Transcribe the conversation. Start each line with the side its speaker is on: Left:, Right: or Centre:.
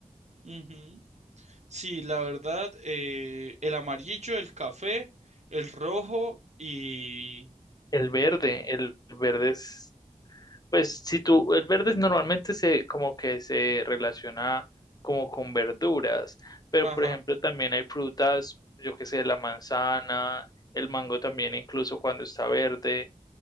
Right: Ujú. Sí, la verdad, eh, el amarillo, el café, el rojo y...
Left: El verde,
Right: y-
Left: el verde es, pues si tú, el verde es normalmente se, como que se relaciona como con verduras, pero
Right: Ajá.
Left: por ejemplo también hay frutas, yo qué sé, la manzana, el mango también incluso cuando está verde.